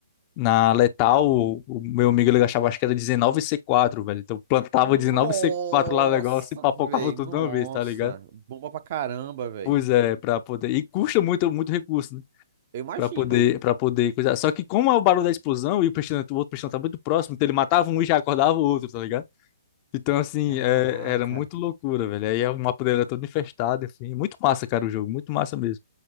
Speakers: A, on the left; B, on the right.
A: na letal, o, o meu amigo ele achava, acho que era 19 c quatro velho. Então plantava
B: Nossa,
A: dezenove c quatro lá no negócio e papocava
B: velho.
A: tudo
B: Nossa.
A: de uma vez, tá ligado?
B: Bomba pra caramba, velho.
A: Pois é, pra poder. E custa muito, muito recurso, né?
B: Eu imagino.
A: Pra poder, pra poder coisar. Só que, como é o barulho da explosão e o pestilante, o outro pestilante tá muito próximo, então ele matava um e já acordava o outro, tá ligado? Então, assim,
B: Caraca.
A: é- era muito loucura, velho. Aí o mapa dele era todo infestado, enfim. Muito massa, cara, o jogo, muito massa mesmo.